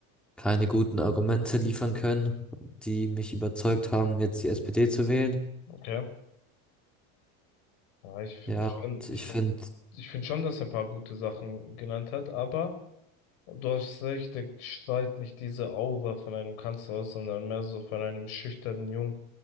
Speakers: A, in the centre; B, on the left.
A: keine guten Argumente liefern können, die mich überzeugt haben, jetzt die SPD zu wählen.
B: okay. Ja, ich finde
A: Ja,
B: schon,
A: und
B: ich
A: ich
B: finde,
A: finde,
B: ich finde schon, dass er ein paar gute Sachen genannt hat, aber du hast recht, der strahlt nicht diese Aura von einem Kanzler aus, sondern mehr so von einem schüchternen Jungen,